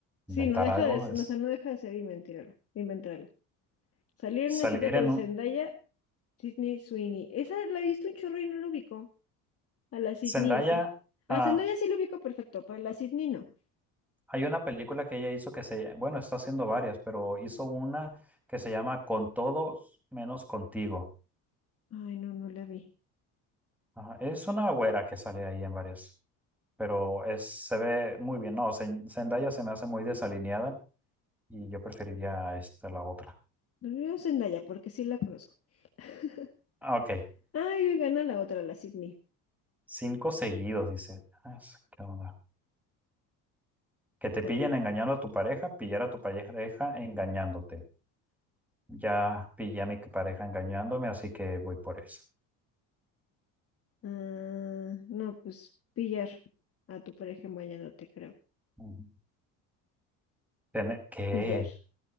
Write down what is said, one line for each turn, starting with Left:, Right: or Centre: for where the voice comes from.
Centre: inventar
Left: Sí, no deja
Centre: algo
Left: de, ser-
Centre: es
Left: o sea, no deja de ser inventarlo, inventarlo. Salir en
Centre: salir
Left: una cita con
Centre: en
Left: Zendaya,
Centre: un...
Left: Sydney Sweeney. Esa la he visto un chorro y no lo ubico. A la Sydney
Centre: Zendaya...
Left: esa.
Centre: ah,
Left: A Zendaya sí lo ubico perfecto, para la Sydney no.
Centre: Hay una película que ella hizo que se, bueno, está haciendo varias, pero hizo una que se llama Con todos menos contigo.
Left: Ay, no, no la vi.
Centre: Ajá, Es una güera que sale ahí en varias, pero es, se ve muy bien. No, Zen- Zendaya se me hace muy desalineada y yo preferiría esta la otra.
Left: Yo Zendaya, porque sí la conozco. <laughs>
Centre: Ah, Ok,
Left: Ay, gana la otra, la Sydney.
Centre: cinco seguidos, dice. Ah, es- ¿Qué onda? Que te
Left: Ah,
Centre: pillen engañando a tu pareja, pillar a tu pareja engañándote. Ya pillé a mi pareja engañándome, así que voy por eso.
Left: ah, no, pues pillar a tu pareja en baño, no te creo.
Centre: Ujú. Tener, ¿qué?
Left: Pillar.